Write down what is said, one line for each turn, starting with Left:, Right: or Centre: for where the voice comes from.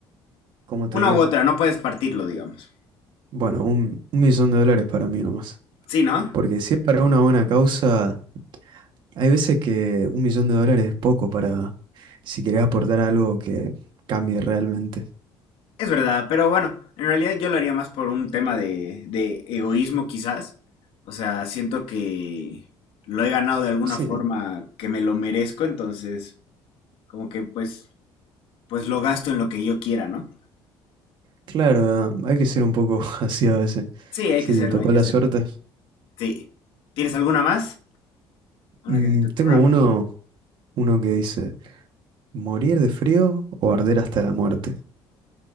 Right: como te
Left: Una
Right: digo,
Left: u otra, no puedes partirlo, digamos.
Right: bueno, un, un millón de dólares para mí nomás.
Left: Sí, ¿no?
Right: Porque si es para una buena causa, hay veces que un millón de dólares es poco para si querés aportar algo que cambie realmente.
Left: Es verdad, pero bueno, en realidad yo lo haría más por un tema de, de egoísmo quizás. O sea, siento que lo he ganado de alguna
Right: Sí,
Left: forma que me lo merezco, entonces como que pues, pues lo gasto en lo que yo quiera, ¿no?
Right: Claro, hay que ser un poco <laughs> así a veces.
Left: Sí, hay
Right: Si
Left: que serlo,
Right: te tocó
Left: hay que
Right: la
Left: ser.
Right: suerte.
Left: Sí. ¿Tienes alguna más? ¿Una
Right: Mm,
Left: que se te ocurra?
Right: tengo uno, uno que dice, ¿morir de frío o arder hasta la muerte?